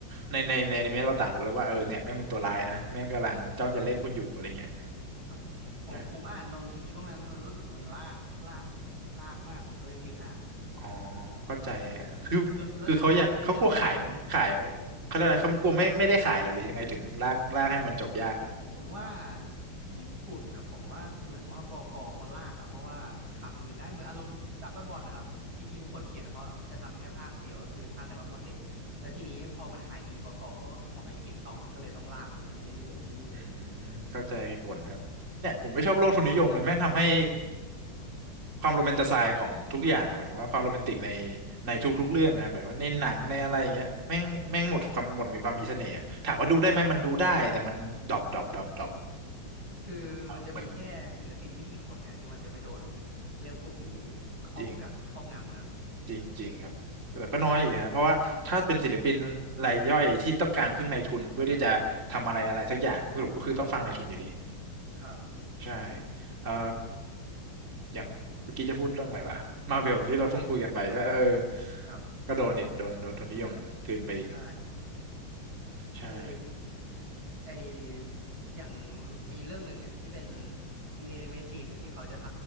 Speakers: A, on the right; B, on the right.
A: ในในในอนิเมะเราต่างรู้แล้วว่าเออเนี่ยแม่งเป็นตัวร้ายนะแม่งกำลังจ้องจะเล่นคุณอยู่อะไรเงี้ย
B: ครับครับผมผมอ่านนนถึงช่วงนั้นแล้วรู้สึกว่ามันลากลาก
A: อ
B: ลากมากผมก็เลยหยุดอ่าน
A: อ๋อเข้าใจอะคือคือเขาอยากเขากลัวขายขาย
B: เออจนแล้วจนจนไปเจอเออ
A: เขาเรียกอะไรเขากลัวไม่ไม่ได้ขายเหรอหรือยังไงถึงลากลากให้มันจบยากอะ
B: ผมว่าญี่ปุ่นนะผมว่าเหมือนว่าบกเขาลากอะเพราะว่ามันทำเงินได้เหมือนอารมณ์ดราก้อนบอลนะครับจริงๆคนเขียนเขาจะทำแค่ภาคเดียวก็คือภาคดราก้อนบอลเด็กแล้วทีนี้พอมันขายดีบกเขาก็ขอให้เขียนต่อมันก็เลยต้องลากออกมาเรื่อยๆเรื่อย
A: อืมเข้าใจเหตุผลครับเนี่ยผมไม่ชอบโลกทุนนิยมนะแม่งทำให้ความโรแมนติไซด์ของทุกอย่างอะหมายถึงว่าความโรแมนติกในในทุกๆเรื่องนะหมายว่าในหนังในอะไรอย่างเงี้ยแม่งแม่งหมดความหมดมีความมีเสน่ห์อะถามว่าดูได้ไหมมันดูได้แต่มันดรอปดรอปดรอปดรอป
B: ๆจริงครับคือมันจะมีแค่ศิลปินไม่กี่คนเนี่ยที่มันจะไม่โดน
A: เหมือน
B: เรื่องพวกนี้ครอบกับครอบงำครับ
A: จริงจริงจริงครับแต่ก็น้อยอีกนะเพราะว่าถ้าเป็นศิลปินรายย่อยที่ต้องการพึ่งนายทุนเพื่อที่จะทำอะไรอะไรสักอย่างสรุปก็คือต้องฟังนายทุนอยู่ดี
B: ครับ
A: ใช่เอ่ออย่างเมื่อกี้จะพูดเรื่องอะไรวะมาเวลที่เราเพิ่งคุยกันไปใช่ปะเออ
B: ครับ
A: ก็โดนอีก โดนโดนทุนนิยมกลืนไปอีก
B: ใช่คือ
A: ใช่
B: ไออย่างมีเรื่องหนึ่งเนี่ยที่เป็นแอนิเมะจีนเนี่ยที่เขาจะท